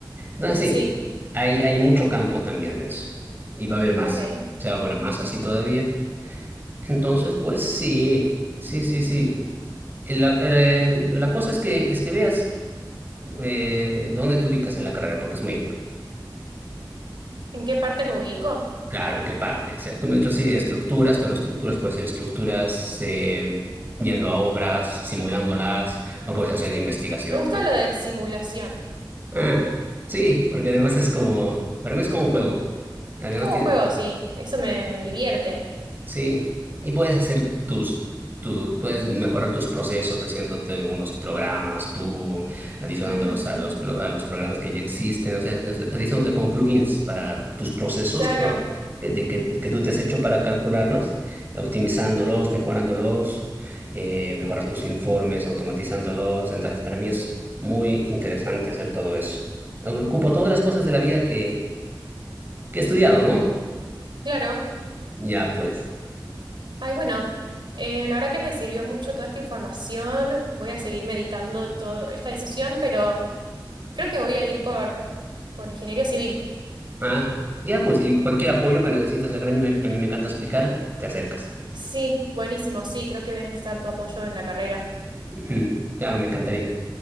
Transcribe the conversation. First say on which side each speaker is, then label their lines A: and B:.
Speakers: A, on the right (about 25°); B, on the right (about 75°).
A: Entonces, sí,
B: sí.
A: hay, hay mucho campo también en eso. Y va a haber más.
B: Ok. ¿En
A: O sea, va a haber más así todavía. Entonces, pues sí, sí, sí, sí. Y La, eh, la cosa es que, es que veas eh, ¿dónde te ubicas en la carrera? Porque es muy amplio.
B: qué parte me ubico?
A: Claro, ¿en qué parte? O sea, tú me has dicho sí de estructuras, pero estructuras puede ser estructuras eh, yendo a obras, simulándolas, o puede ser hacer investigación,
B: Me gusta
A: pues.
B: lo de simulación.
A: Ah, sí, porque además es como, para mí es como un juego. Además
B: Es como
A: tiene,
B: un juego, sí. Eso me, me divierte.
A: Sí, y puedes hacer tus, tu, puedes mejorar tus procesos haciéndote unos programas, tú adicionándolos
B: Mm,
A: a los, pro- a los programas que ya existen, o sea, no haciéndote como plugins para tus procesos
B: claro,
A: pro- de, de que, que tú te has hecho para calcularlos, optimizándolos, mejorándolos, eh, mejorar tus informes, automatizándolos. Entonces, para mí es muy interesante hacer todo eso. Ocupo todas las cosas de la vida que, que he estudiado, ¿no?
B: claro.
A: Ya, pues.
B: Ay, bueno, eh, la verdad que me sirvió mucho toda esta información. Voy a seguir meditando toda esta decisión, pero creo que voy a ir por, por ingeniería civil.
A: Ah, ya, pues, y cualquier apoyo que necesites, el gremio me- que a mí me encanta explicar, te acercas.
B: Sí, buenísimo, sí, creo que voy a necesitar tu apoyo en la carrera.
A: <clears throat> Ujú. Claro, me encantaría.